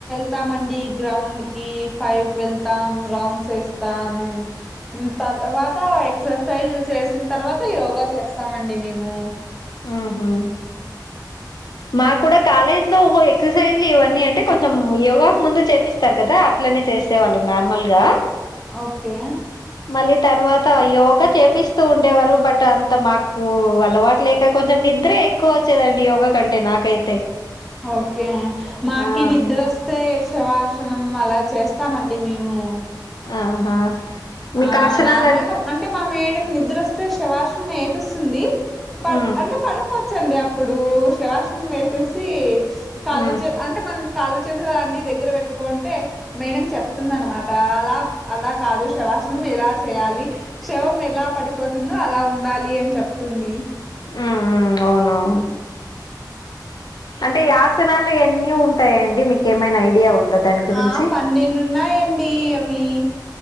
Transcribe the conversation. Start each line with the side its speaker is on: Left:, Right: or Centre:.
Centre: ళ్తామండి గ్రౌండ్ కి ఫైవ్ కి వెళ్తాం రౌండ్స్ వేస్తాం తర్వాత ఎక్సర్సైజ్ చేసిన తర్వాత యోగా చేస్తామండి మేము
Left: ఉహు మాకు కూడా కాలేజ్ లో ఎక్సర్సైజ్లు ఇవన్నీ అంటే కొంచెం యోగాకు ముందు చేపిస్ స్తారు కదా అట్లనే చేసే వాళ్ళం నార్మల్గా
Centre: ఓకే
Left: మళ్ళీ తర్వాత యోగా చేపిస్తూ ఉండేవారు బట్ అంత మాకు అలవాట్లే ఇక కొంచెం నిద్రే ఎక్కువ వచ్చేదండి యోగ కంటే నాకైతే
Centre: ఓకే మాకి
Left: ఆ
Centre: నిద్ర స్తే శవాసనం అలా చేస్తామండి మేము
Left: ఆహా మీకు
Centre: ఆ
Left: ఆసనాలన్
Centre: నార్మల్గా ఆన్ అంటే మా మేడ నిద్ర వస్తే శివార్సనం ఏపిస్తుంది పడ్
Left: ఉమ్
Centre: అంటే పడుకో చండి అప్పుడు శ్రవాసనం వేసేసి
Left: ఉమ్
Centre: కాలు
Left: ఉమ్
Centre: చే అంటే మనం కాళ చేతులన్నీ దగ్గర పెట్టుకుంటే మేడం చెప్తుందనమాట అలా అలా కాదు శవాసనం ఎలా చేయాలి శవం ఎలా పడిపోతుందో అలా ఉండాలి అని చెప్తుంది
Left: ఉమ్ ఉమ్ అవునవును అంటే యాసనాలు ఎన్ని ఉం టయండి మీకెమైనా ఐడియా ఉందా దాని గురించి
Centre: ఆ పన్నెండు ఉన్నాయండి అవి